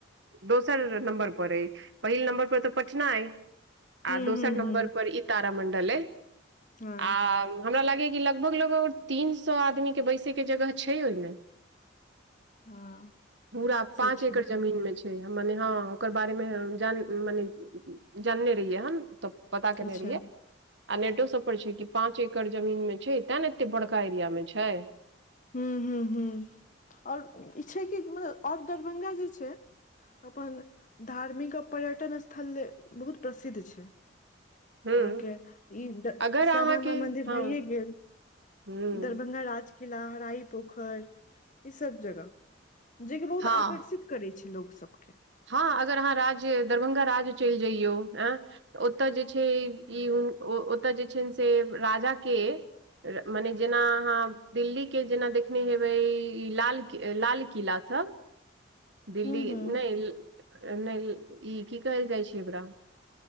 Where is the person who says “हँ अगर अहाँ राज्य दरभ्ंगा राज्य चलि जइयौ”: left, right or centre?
Right